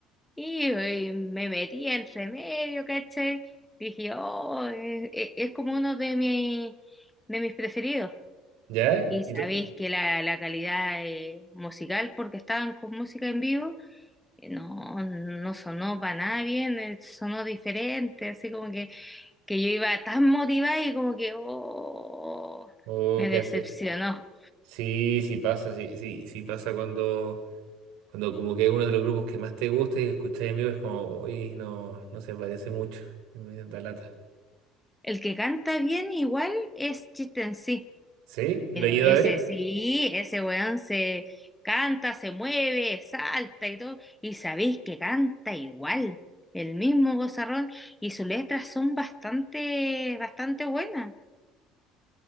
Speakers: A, in the centre; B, on the right (about 80°).
A: Y, eh, me metí entre medio, ¿cachai? Dije, oh, eh, eh, es, como uno de mis, de mis preferidos.
B: ¿Ya?
A: Y
B: ¿Y
A: sabéis
B: tú?
A: que la, la calidad eh, musical, porque estaban con música en vivo, eh, no, no sonó para nada bien, eh, sonó diferente, así como que, que yo iba tan motivada y como que, oh,
B: Oh,
A: me
B: quedaste.
A: decepcionó.
B: Sí, sí pasa, sí, sí, sí pasa cuando, cuando como que es uno de los grupos que más te gusta y lo escuchas en vivo es como, uy, no, no se parece mucho, y me da lata.
A: El que canta bien igual es Chiste en sí
B: ¿Sí? ¿Lo
A: Pero
B: he ido
A: ese
B: a ver?
A: sí, ese weón se canta, se mueve, salta y todo. Y sabéis que canta igual, el mismo gozarrón. Y sus letras son bastante, bastante buenas.